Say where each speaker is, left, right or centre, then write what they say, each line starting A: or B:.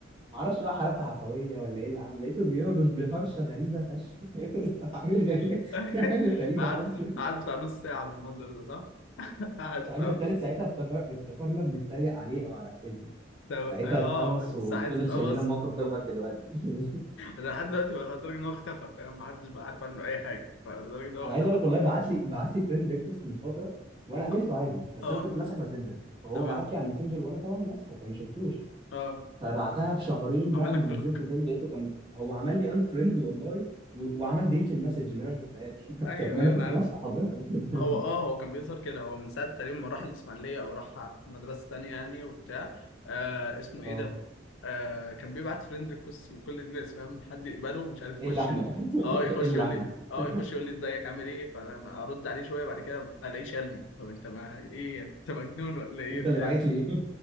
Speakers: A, on the right (about 25°); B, on the left (about 80°).
A: معرفش بقى حركه عفويه ولا ايه اللي عمل لقيته بيهرش بهرشه غريبه فشخ <laughs> حاجه غريبه
B: <laughs>
A: في حاجه غريبه
B: قعد
A: حصلت
B: قعد بتاع نص ساعه بالمنظر ده صح؟ <laughs> قعد
A: صاحبنا التالت ساعتها افتكر افتكرنا بنتريق عليه او على اسئلته
B: طب
A: ساعتها
B: اه
A: اتقمص وفضل
B: ساعات تتقمص
A: شايلنا الموقف ده لغايه دلوقتي <laughs>
B: انا لحد دلوقتي بقول لدرجه ان هو اختفى فاهم محدش بقى عارف عنه اي حاجه فلدرجه ان هو
A: انا
B: اختفى
A: عايز اقول لك والله بعت لي بعت لي فريند ريكوست من فتره وانا قابلته
B: اه,
A: عادي بس
B: آه.
A: انا كنت ماسح ماسنجر فهو
B: تمام
A: بعت لي على الماسنجر وانا طبعا ماسحه فما شفتوش
B: اه
A: فبعتها بشهرين
B: عمل
A: بقى اما
B: لك بلوك
A: نزلته تاني لقيته كان هو عمل لي انفريند والله و... وعمل ديت للمسج ان انا ما شفتهاش
B: <laughs>
A: <laughs>
B: ايوه
A: طب ما
B: انا
A: انا
B: يعني
A: كنت
B: عارف
A: مصفى حضرتك
B: هو
A: <laughs>
B: اه هو كان بيظهر كده هو من ساعه تقريبا ما راح الاسماعيليه او راح مدرسه تانية يعني وبتاع آه اسمه ايه
A: اه
B: ده آه كان بيبعت فريند ريكوست لكل الناس فاهم حد يقبله ومش عارف يخش
A: الا احنا
B: اه
A: <laughs>
B: يخش
A: الا
B: يقول
A: احنا
B: لي اه
A: <laughs>
B: يخش يقول لي ازيك عامل ايه فانا ارد عليه شويه بعد كده الاقيه شالني طب انت ما ايه يعني؟ انت مجنون ولا ايه
A: انت
B: بتاع
A: اللي بعت لي <laughs>